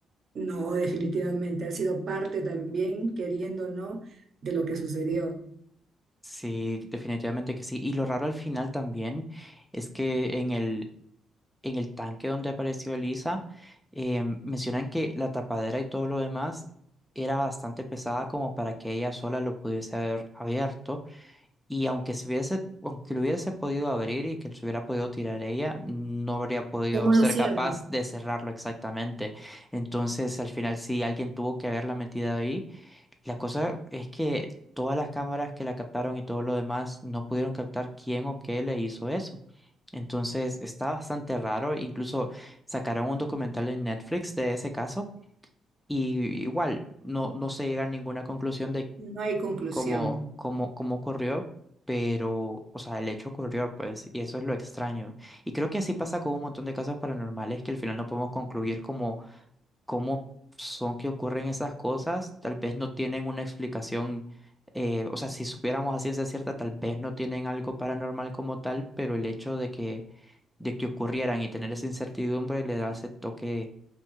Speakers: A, on the right (about 55°); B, in the centre.
A: No, definitivamente ha sido parte también, queriendo o no, de lo que sucedió.
B: Sí, definitivamente que sí. Y lo raro al final también es que en el, en el tanque donde apareció Elisa, eh, mencionan que la tapadera y todo lo demás era bastante pesada como para que ella sola lo pudiese haber abierto. Y aunque se hubiese, aunque lo hubiese podido abrir y que se hubiera podido tirar ella, no habría podido
A: ¿Cómo lo
B: ser
A: cierra?
B: capaz de cerrarlo exactamente. Entonces, al final sí, alguien tuvo que haberla metido ahí la cosa es que todas las cámaras que la captaron y todo lo demás no pudieron captar quién o qué le hizo eso. Entonces está bastante raro. Incluso sacaron un documental en Netflix de ese caso y igual no, no se llega a ninguna conclusión de
A: No hay conclusión.
B: cómo, cómo, cómo ocurrió, pero, o sea, el hecho ocurrió, pues, y eso es lo extraño. Y creo que así pasa con un montón de casos paranormales que al final no podemos concluir como cómo son que ocurren esas cosas, tal vez no tienen una explicación, eh, o sea, si supiéramos a ciencia cierta, tal vez no tienen algo paranormal como tal, pero el hecho de que, de que ocurrieran y tener esa incertidumbre le da ese toque